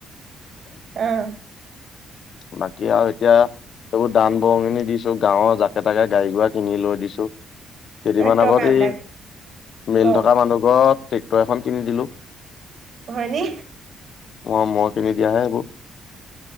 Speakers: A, on the right; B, on the left.
A: অঁ!
B: বাকী আৰু এতিয়া! এইবোৰ দান বৰঙণি দিছোঁ, গাঁৱৰ জাকে-তাকে গাডী-গোড়া কিনি লৈ দিছোঁ। কেইদিমান
A: তই
B: আগত
A: কাম
B: এই,
A: এটা
B: মিল
A: ক
B: থকা মানুহ ঘৰত ট্ৰেক্টৰ এখন কিনি দিলোঁ।
A: হয়নি?
B: অঁ মই কিনি দিয়াহে এইবোৰ।